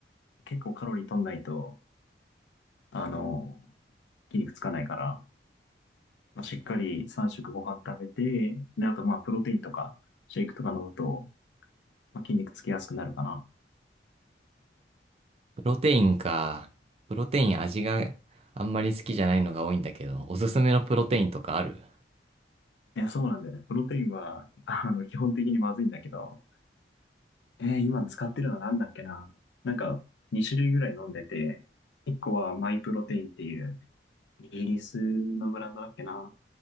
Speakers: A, on the left (about 80°); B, on the right (about 35°).
A: 結構カロリー取んないと、あの、筋肉つかないから、まあ、しっかり3食ご飯食べて、で、あとまあ、プロテインとか、シェイクとか飲むと、まあ、筋肉つきやすくなるかな。
B: プロテインか。プロテイン味があんまり好きじゃないのが多いんだけど、おすすめのプロテインとかある
A: いや、そうなんだよね。プロテインは、あの、基本的にまずいんだけど、えー今使ってるのなんだっけな。なんか、2種類ぐらい飲んでて、1個はマイプロテインっていう、イギリスのブランドだっけな。っ